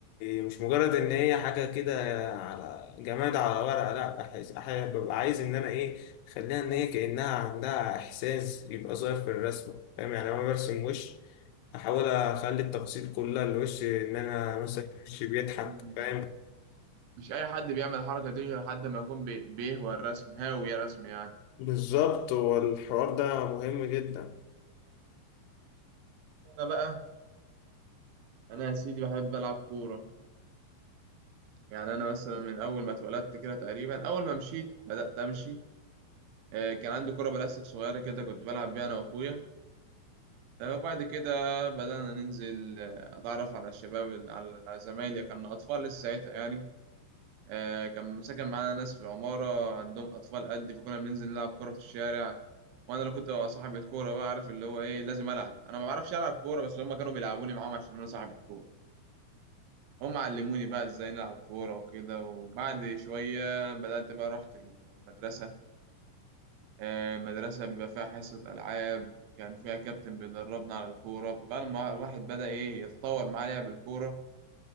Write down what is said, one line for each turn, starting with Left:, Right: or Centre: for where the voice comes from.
Left: مش مجرد ان هي حاجه كده على جماد على ورقه لا أحس... أح- ببقى عايز ان انا ايه اخليها ان هي كانها عندها احساس يبقى ظاهر في الرسمه فاهم يعني انا برسم وش احاول اخلي التفاصيل كلها الوش ان انا مثلا وش بيضحك
Right: اه
Left: فاهم
Right: مش اي حد بيعمل الحركه دي غير حد ما يكون بي- بيهوى الرسم هاوي يا رسم يعني
Left: بالظبط والحوار ده مهم جدا
Right: انا بقى انا يا سيدي بحب العب كوره يعني انا مثلا من اول ما اتولدت كده تقريبا اول ما مشيت بدات امشي آه، كان عندي كوره بلاستيك صغيره كده كنت بلعب بيها انا واخويا آه، وبعد كده بدانا ننزل آه، اتعرف على الشباب ال- على على زمايلي كنا اطفال لسه ساعتها يعني آه، كان ساكن معانا ناس في العمارة عندهم أطفال قدي فكنا بننزل نلعب كورة في الشارع وأنا اللي كنت ببقى صاحب الكورة بقى عارف اللي هو إيه لازم ألعب أنا ما بعرفش ألعب كورة بس هما كانوا بيلعبوني معاهم عشان أنا صاحب الكورة هم علموني بقى إزاي نلعب كورة وكده وبعد شوية بدأت بقى رحت المدرسة آه، المدرسة بيبقى فيها حصة ألعاب كان فيها كابتن بيدربنا على الكورة فبقى لما الواحد بدأ إيه يتطور معاه لعب الكورة